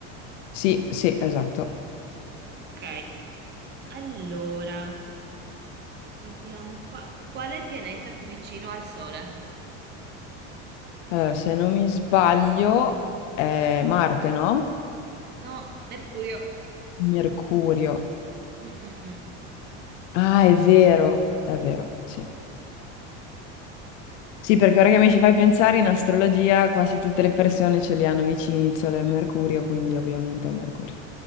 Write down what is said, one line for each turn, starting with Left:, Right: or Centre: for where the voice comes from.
Left: Sì, sì, esatto.
Right: Ok, allora, vediamo qua. Qual è il pianeta più vicino al Sole?
Left: Allora, se non mi sbaglio, è Marte, no?
Right: No, Mercurio,
Left: Mercurio.
Right: Mm, mm, mm.
Left: Ah, è vero, è vero, sì. Sì, perché ora che mi ci fai pensare, in astrologia quasi tutte le persone ce li hanno vicini il Sole e Mercurio, quindi ovviamente è Mercurio.